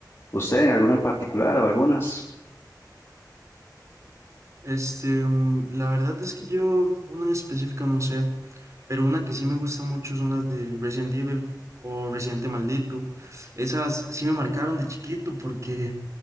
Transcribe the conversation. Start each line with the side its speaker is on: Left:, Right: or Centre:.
Left: ¿Usted en alguna en particular o algunas?
Right: Este, mm, la verdad es que yo, una en específico no sé, pero una que sí me gusta mucho son las de Resident Evil o Residente Maldito. Esas sí me marcaron de chiquito porque